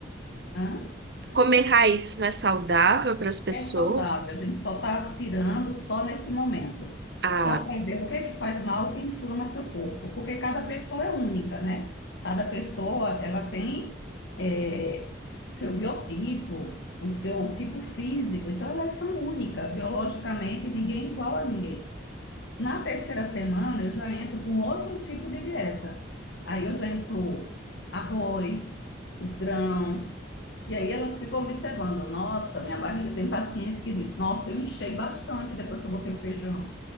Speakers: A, on the left (about 80°); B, on the right (about 60°).
A: Hã?
B: Comer raízes não é saudável para as pessoas.
A: É saudável, a gente só está tirando só nesse momento,
B: Ah,
A: só para ver o que é que faz mal, o que inflama seu corpo, porque cada pessoa é única, né? Cada pessoa, ela tem eh, seu biotipo, o seu tipo físico, então elas são únicas, biologicamente ninguém é igual a ninguém. Na terceira semana, eu já entro com outro tipo de dieta. Aí eu já incluo arroz, os grãos. E aí elas ficam observando. Nossa, minha barriga tem paciente que diz: Nossa, eu enchei bastante depois que eu botei o feijão.